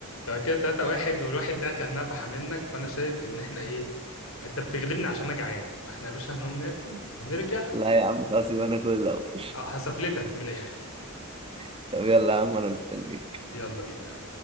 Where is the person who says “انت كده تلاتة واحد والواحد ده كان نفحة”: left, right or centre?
Left